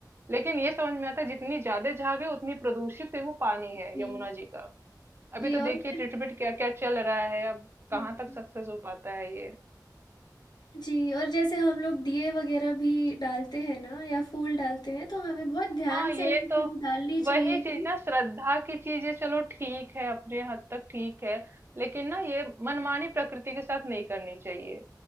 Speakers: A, on the right; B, on the left.
A: लेकिन ये समझ में आता है जितनी ज्यादा झाग है उतनी प्रदूषित है वो पानी है
B: जी
A: यमुना जी का अभी
B: जी
A: तो
B: और
A: देखिए
B: फिर
A: ट्रीटमेंट क्या क्या चल रहा है अब कहाँ
B: हम्म,
A: तक सक्सेस हो पाता है ये
B: जी, और जैसे हम लोग दिए वग़ैरह भी डालते हैं ना या फूल डालते हैं, तो हमें बहुत ध्यान
A: हाँ ये
B: से ऐसी चीज़ें
A: तो
B: डालनी चाहिए
A: वही
B: कि
A: चीज ना श्रद्धा की चीजें चलो ठीक है अपने हद तक ठीक है लेकिन ना ये मनमानी प्रकृति के साथ नहीं करनी चाहिए